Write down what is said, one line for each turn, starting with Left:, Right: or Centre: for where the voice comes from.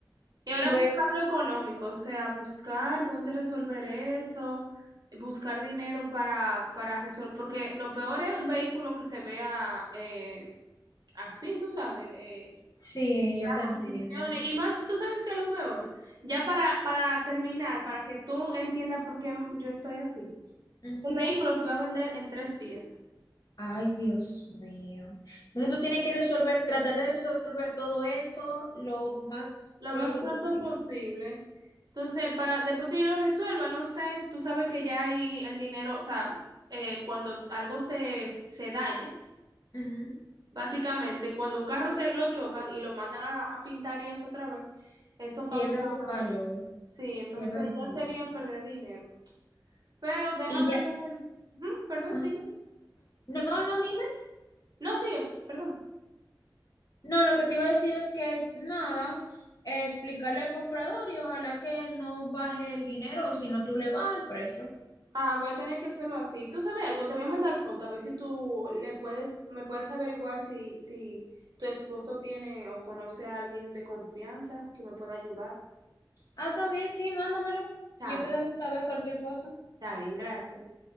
Right: Y
Left: y
Right: ahora
Left: ver.
Right: buscar lo económico, o sea, buscar dónde resolver eso, buscar dinero para, para resolver, porque lo peor es un vehículo que se vea eh, así, tú sabes. eh,
Left: Sí, yo te entiendo.
Right: condiciones. Y más, tú sabes que es lo peor. Ya para, para terminar, para que tú entiendas por qué yo estoy así.
Left: Ujú.
Right: El vehículo se va a vender en tres días,
Left: Ay, Dios mío. Entonces tú tienes que resolver, tratar de resolver todo eso lo más
Right: lo
Left: pronto
Right: más pronto
Left: posible.
Right: posible. Entonces, para, después que yo lo resuelva, no sé, tú sabes que ya hay el dinero, o sea, eh, cuando algo se, se daña,
Left: Ujú.
Right: básicamente, cuando un carro se lo chocan y lo mandan a, a pintar y eso otra vez, eso causa,
Left: pierde su valor,
Right: sí, entonces
Left: pierde el valor.
Right: ya sería perder dinero. Pero déjame
Left: Y ya,
Right: ver, Ujú, perdón,
Left: ajá.
Right: sí.
Left: no, no, dime.
Right: No, sigue, perdón.
Left: No, lo que te iba a decir es que nada, eh, explicarle al comprador y ojalá que no baje el dinero, o si no tú le bajas el precio.
Right: Ah, voy a tener que hacerlo así. Tú sabes algo, te voy a mandar foto, a ver si tú le puedes, me puedes averiguar si, si tu esposo tiene o conoce a alguien de confianza que me pueda ayudar.
Left: Ah, también, sí, mándamelo.
Right: Está
Left: Yo
Right: bien,
Left: te dejo saber cualquier cosa.
Right: está bien, gracias.